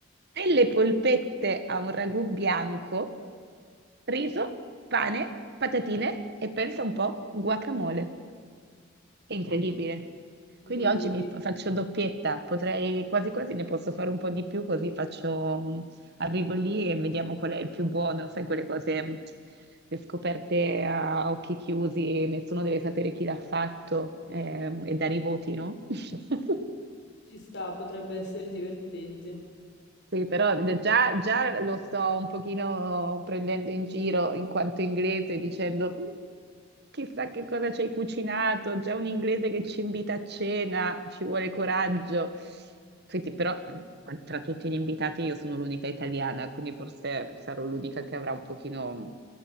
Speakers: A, on the right (about 55°); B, on the left (about 60°).
A: Delle polpette a un ragù bianco, riso, pane, patatine e pensa un po', guacamole. È incredibile. Quindi
B: Incredibile.
A: oggi mi fa- faccio doppietta, potrei quasi quasi ne posso fare un po' di più, così faccio, mh, arrivo lì e vediamo qual è il più buono, sai, quelle cose, mh, le scoperte a occhi chiusi, nessuno deve sapere chi l'ha fatto, ehm, e dare i voti, no? <laughs>
B: Ci sta, potrebbe essere divertente.
A: Sì, però già, già lo sto un pochino prendendo in giro in quanto inglese dicendo "Mm, chissà che cosa ci hai cucinato, già un inglese che ci invita a cena, ci vuole coraggio. Senti, però mm, tra tutti gli invitati io sono l'unica italiana, quindi forse sarò l'unica che avrà un pochino